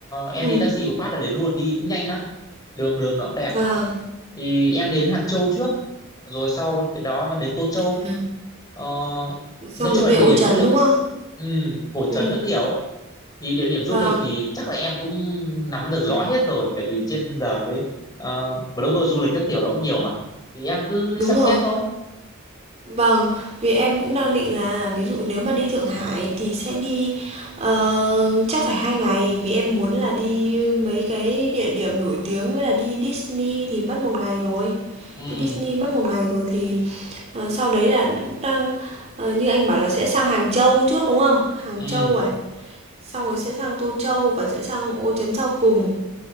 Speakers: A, on the right; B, on the left.
A: ừm,
B: em đi taxi một phát là đến luôn đi cũng nhanh lắm đường đường nó cũng đẹp
A: vàng
B: thì em đến Hàng Châu trước rồi sau cái đó em đến Tô Châu
A: à,
B: ờ,
A: xong
B: nói chung
A: mới về
B: là địa
A: Ô
B: điểm
A: Trấn
B: du lịch
A: đúng không?
B: ừ, cổ
A: Ừm,
B: trấn các kiểu thì địa điểm
A: vàng
B: du lịch thì chắc là em cũng nắm được rõ hết rồi tại vì trên giờ cái ờ, blogger du lịch các kiểu đó cũng nhiều mà thì em cứ
A: đúng
B: xem
A: rồi.
B: xét thôi
A: Vâng, vì em cũng đang định là ví dụ nếu mà đi Thượng Hải thì sẽ đi, ờ, chắc phải 2 ngày vì em muốn là đi mấy cái địa điểm nổi tiếng với là đi Disney thì mất một ngày rồi.
B: ừ
A: Đi Disney mất một ngày rồi thì, ờ, sau đấy là cũng đang ờ, như anh bảo là sẽ sang Hàng Châu trước, đúng không? Hàng
B: ừ
A: Châu rồi sau rồi sẽ sang Tô Châu và sẽ sang Ô Trấn sau cùng.